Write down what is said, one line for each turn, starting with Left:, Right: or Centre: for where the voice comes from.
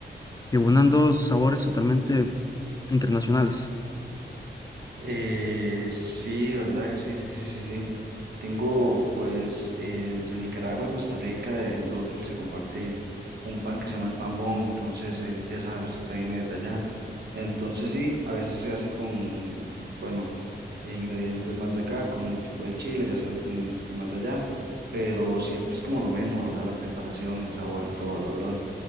Left: que unan dos sabores totalmente internacionales.
Right: Eh, sí, ¿verdad? Sí, sí, sí, sí, sí. Tengo, pues, eh, entre Nicaragua y Costa Rica, en Bluefield se comparte un pan que se llama el pan bon, entonces eh, esa receta viene desde allá. Entonces sí, a veces se hace con, bueno, eh, ingredientes más de acá, como un tipo de chile, ya se hace con ingredientes más de allá, pero siempre es como lo mismo, ¿verdad? La preparación, el sabor y todo, el olor.